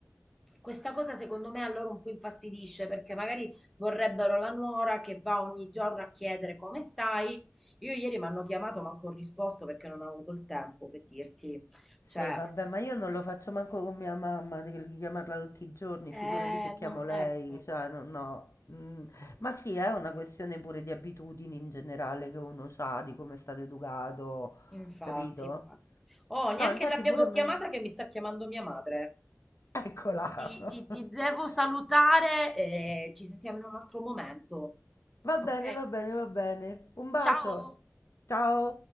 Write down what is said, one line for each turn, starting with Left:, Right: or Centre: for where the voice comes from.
Centre: questa cosa secondo me a loro un po' infastidisce perché magari vorrebbero la nuora che va ogni giorno a chiedere come stai. Io ieri mi hanno chiamato, ma non ho risposto perché non ho avuto il tempo per dirti. Cioè,
Left: Sì, vabbè, ma io non lo faccio manco con mia mamma, di di chiamarla tutti i giorni,
Centre: eh,
Left: figurati se chiamo
Centre: non-
Left: lei,
Centre: ecco,
Left: cioè, no, no. Mm, Ma sì, è una questione pure di abitudini in generale che uno ha, di come è stato educato,
Centre: infatti,
Left: capito?
Centre: infatti. Oh, neanche
Left: No, infatti
Centre: l'abbiamo
Left: pure me.
Centre: chiamata che mi sta chiamando mia madre.
Left: Eccola!
Centre: Ti, ti- ti
Left: <laughs>
Centre: devo salutare e ci sentiamo in un altro momento.
Left: Va
Centre: Ok?
Left: bene, va bene, va bene. Un
Centre: Ciao!
Left: bacio. Ciao.